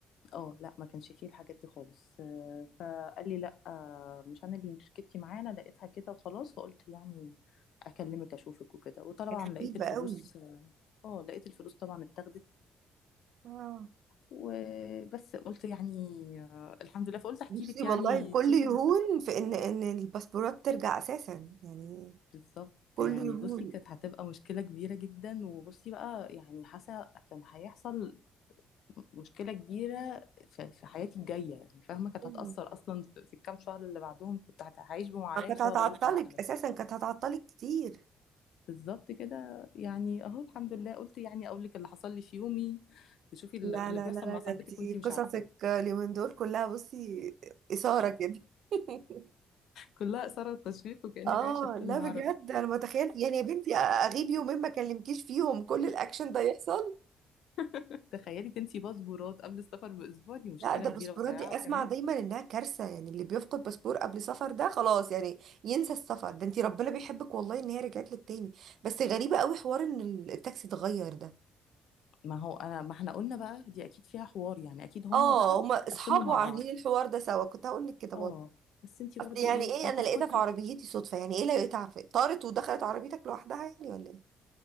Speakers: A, on the left (about 75°); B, on the right (about 70°).
A: اه لا ما كانش فيه الحاجات دي خالص آه، فقال لي لا آه، مش انا اللي ركبتي معايا انا لقيتها كده وخلاص فقلت يعني اكلمك اشوفك وكده وطبعا
B: كان
A: لقيت
B: غريب
A: الفلوس
B: قوي
A: اه لقيت الفلوس طبعا اتاخدت
B: اه
A: وبس قلت يعني آه، الحمد لله فقلت احكي
B: نفسي
A: لك
B: والله
A: يعني
B: كل
A: تشوفي
B: يهون في ان ان الباسبورات ترجع اساسا يعني
A: بالظبط
B: كل
A: يعني
B: يهون
A: بصي كانت هتبقى مشكلة كبيرة جدا وبصي بقى يعني حاسة كان هيحصل مشكلة كبيرة في, في حياتي الجاية يعني فاهمة كانت
B: أيوة.
A: هتأثر أصلا في, في الكام شهر اللي بعدهم كنت هت- هعيش بمعاناة
B: كانت
A: بسبب
B: هتعطلك
A: غلطة واحدة
B: اساسا كانت هتعطلك كتير
A: بالظبط كده يعني أهو الحمد لله قلت يعني أقول لك اللي حصل لي في يومي تشوفي اللي
B: لا
A: اللي
B: لا
A: بيحصل
B: لا لا
A: مع
B: ده
A: صاحبتك
B: دي
A: وأنتي
B: قصصك
A: مش عارفاه
B: اليومين دول كلها بصي اثاره كده <laughs>
A: كلها إثارة تشويق وكأنك
B: اه
A: عايشة في فيلم
B: لا بجد
A: عربي
B: انا متخيل يعني يا بنتي اغيب يومين ما اكلمكيش فيهم كل الاكشن ده يحصل
A: <laughs> تخيلي تنسي باسبورات قبل السفر بأسبوع دي مشكلة
B: لا ده
A: كبيرة
B: الباسبورات
A: وتضيعها
B: دي
A: كمان
B: اسمع دايما انها كارثه يعني اللي بيفقد باسبور قبل سفر ده خلاص يعني ينسى السفر ده انتي ربنا بيحبك والله ان هي رجعت لك تاني بس غريبه قوي حوار ان التاكسي اتغير ده
A: ما هو انا ما احنا قلنا بقى دي اكيد فيها حوار يعني اكيد هما
B: اه
A: بقى
B: هما اصحابه
A: قسموا مع
B: عاملين
A: بعض
B: الحوار ده سوا كنت هقول لك كده
A: اه
B: برضه
A: بس انتي
B: اصل
A: برضو
B: يعني
A: ايه
B: ايه
A: هتسكتي
B: انا لقيتها في عربيتي صدفه يعني ايه لقيتها عارفه طارت ودخلت عربيتك لوحدها يعني ولا ايه